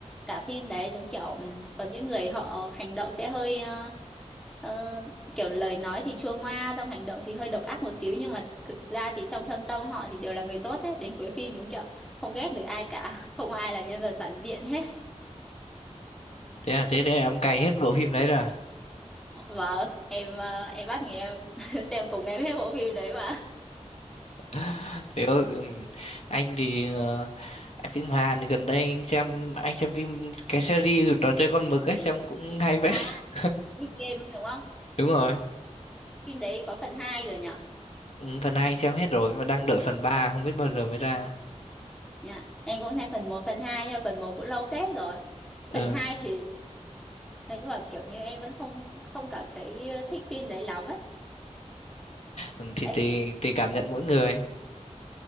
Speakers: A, in the centre; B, on the left.
A: Cả phim đấy đúng kiểu ừm, có những người họ hành động sẽ hơi ờ, ờ, kiểu lời nói thì chua ngoa xong hành động thì hơi độc ác một xíu nhưng mà thực ra thì trong thâm tâm họ thì đều là người tốt hết. Đến cuối phim đúng kiểu không ghét được ai cả, <laughs> không ai là nhân vật phản diện hết.
B: Thế là thế thế là em cày hết bộ phim đấy rồi.
A: Vâng, em ờ, em bắt người em <laughs> xem cùng em hết bộ phim đấy mà.
B: <laughs> Thế có- ừm, anh thì ờ, anh phim Hàn thì gần đây anh xem anh xem phim cái series trò chơi con mực ấy xem cũng hay phết
A: À,
B: <laughs>
A: Squid Game đúng không?
B: đúng rồi
A: Phim đấy có phần 2 rồi nhỉ?
B: Ừm, phần hai anh xem hết rồi mà đang đợi phần ba không biết bao giờ mới ra
A: Dạ, Em cũng nghe phần một phần 2 nhưng mà phần một cũng lâu phết rồi.
B: Ờ,
A: Phần 2 thì nói chung là kiểu như em vẫn không không cảm thấy ờ, thích phim đấy lắm ấy.
B: ừm, thì
A: Anh,
B: tùy tùy cảm nhận mỗi người